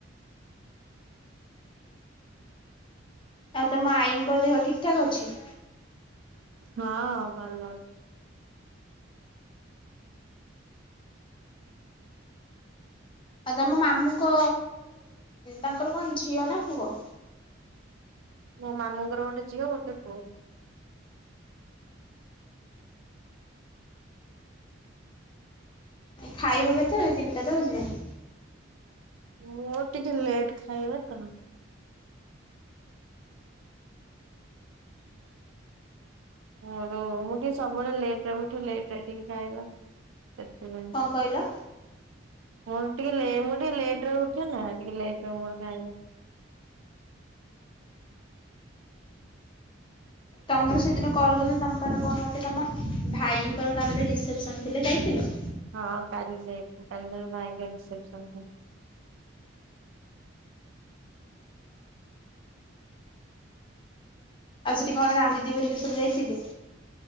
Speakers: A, on the left; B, on the right.
A: ଆଉ ତମ ଆଈଙ୍କ ଦେହ ଠିକ୍ ଠାକ ଅଛି।
B: ହଁ ଭଲ ଅଛି।
A: ଆଉ ତମ ମାମୁଙ୍କ ତାଙ୍କର କଣ ଝିଅ ନା ପୁଅ।
B: ମୋ ମାମୁଁଙ୍କର ଗୋଟେ ଝିଅ ଗୋଟେ ପୁଅ
A: ଖାଇବ କେତେବେଳେ ତିିନିଟା ତ ବାଜିଲାଣିି।
B: ମୋର ଟିକେ ଲେଟ୍ ଖାଇବା ତ। ମୋର ମୁଁ ଟିକେ ସବୁବେଳେ ଲେଟରେ ଉଠି ଲେଟ ରେ ଟିକେ ଖାଇବା ସେଥିପାଇଁ।
A: କଣ କହିଲ।
B: ମୋର ଟିକେ ଲେ ମୁଁ ଟିକେ ଲେଟରେ ଉଠେ ନା ଟିକେ ଲେଟରେ ମୋର ଖାଇବା।
A: ତମର ସେଦିନ କଲ କରିଥିଲ ତମ ପା କଣ ଗୋଟେ ତମ ଭାଇଙ୍କର କାହାର ଗୋଟେ ରିସେପସନ ଥିଲେ ଯାଇଥିଲ।
B: ହଁ କାଲି ଯାଇଥିଲି କାଲି ଜଣେ ଭାଇଙ୍କର ରିସେପସନ୍ ଥିଲା।
A: ଆଉ ସେଟି କଣ ରାନ୍ ଦି ଦି ହେରିକା ସବୁ ଯାଇଥିଲେ।